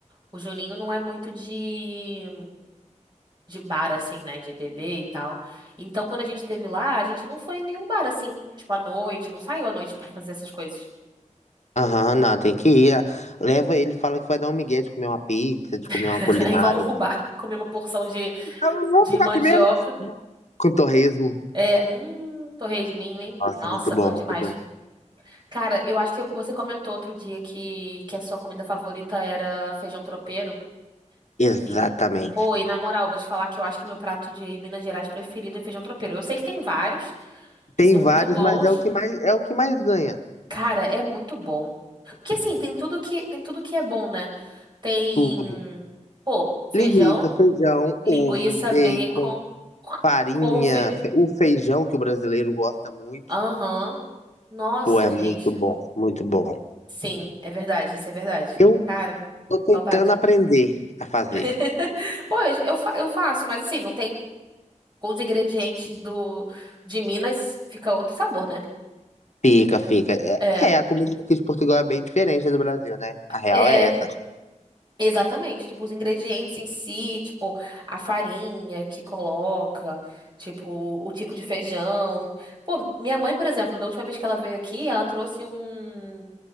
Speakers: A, on the right (about 35°); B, on the left (about 60°).
A: O Juninho não é muito de, de bar, assim, né? De beber e tal. Então, quando a gente teve lá, a gente não foi em nenhum bar, assim. Tipo, à noite, não saiu à noite pra fazer essas coisas.
B: Aham, não, tem que ir. Ah, Leva ele, fala que vai dar um migué de comer uma pizza, de comer
A: <laughs>
B: uma culinária.
A: Aí vamos pro bar, <laughs> comer uma porção de,
B: Eu vou
A: de
B: ficar
A: mandioca.
B: aqui mesmo. Com torresmo.
A: É, hum, torresminho, hein?
B: Nossa,
A: Nossa,
B: muito bom,
A: bom demais.
B: muito bom.
A: Cara, eu acho que você comentou outro dia que, que a sua comida favorita era feijão tropeiro.
B: Exatamente.
A: E, pô, e na moral, vou te falar que eu acho que o meu prato de Minas Gerais preferido é feijão tropeiro. Eu sei que tem vários que
B: Tem
A: são
B: vários,
A: muito bons.
B: mas é o que mais é o que mais ganha.
A: Cara, é muito bom. Porque assim, tem tudo que tem tudo que é bom, né? Tem,
B: Tudo.
A: pô, feijão,
B: Linguiça, feijão,
A: linguiça,
B: ovo, bacon,
A: bacon,
B: farinha,
A: couve.
B: fe- o feijão que o brasileiro gosta muito.
A: Aham. Nossa,
B: Pô, é
A: gente.
B: muito bom, muito bom.
A: Sim, é verdade, isso é verdade.
B: Eu
A: Cara,
B: tô tentando
A: saudade.
B: aprender a fazer.
A: <laughs> Pô, eu, eu, fa- eu faço, mas assim, não tem com os ingredientes do de Minas fica outro sabor, né?
B: Fica, fica. É,
A: É.
B: é, a comida aqui de Portugal é bem diferente da do Brasil, né? A real
A: É.
B: é essa.
A: Exatamente, tipo, os ingredientes em si, tipo, a farinha que coloca, tipo, o tipo de feijão. Pô, minha mãe, por exemplo, da última vez que ela veio aqui, ela trouxe um,